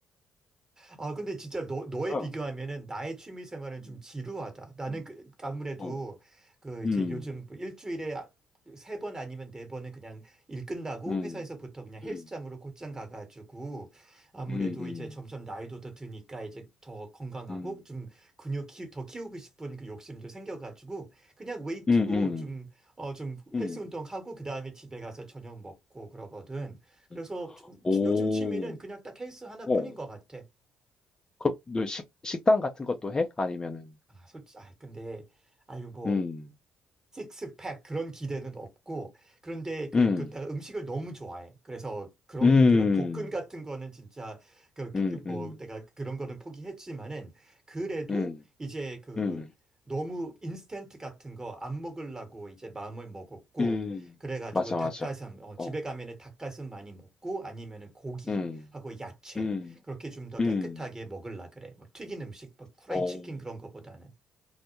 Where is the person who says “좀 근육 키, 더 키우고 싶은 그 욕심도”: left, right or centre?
Right